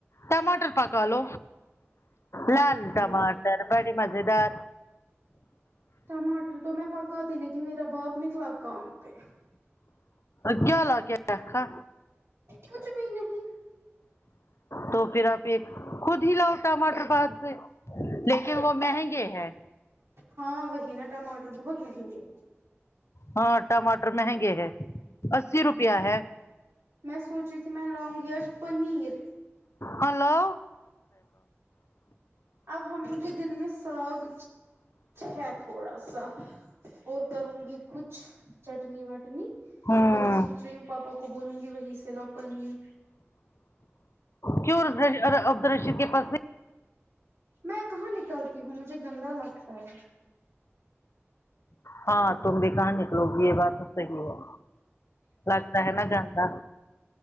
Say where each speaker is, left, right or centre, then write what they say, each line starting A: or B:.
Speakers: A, on the left; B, on the right.
A: ٹماٹر پکالو لال
B: ارے
A: ٹماٹر بڑے مزے دار
B: ٹماٹر تو میں پکا تی لیکن میرا باپ نکلا کام پہ
A: کیا حال کیا رھا
B: کچ بھی نہیں
A: تو پھر آپ ایک خود ہی لاؤ ٹماٹر بہار سے لیکن وہ مہنگے ہیں
B: ہاں وہہینا ٹمٹر بہت مہنگے ہے
A: ہاں ٹماٹر مہنگے ہے اسی روپیہ ہے
B: میں سوچی تھی میں لونگی آج پنیر
A: ہلو
B: اب ہم مجھے دن میں ساگ ہے تھوڑا سا اور کروں گی کچھ چٹنی وٹنی
A: ہوں
B: تو میں سوچ رہی ہوں پاپا کو بولوں گی وہی سے لوپنیر
A: کیوں عبد ال رشید کے پاس نہیں
B: میں کہاں نکلتی ہوں مجھے گندا لگتا ہے
A: ہاں تمے کان لوگ یہ بات تو صحیح ہے لگتا ہے نا گاندہ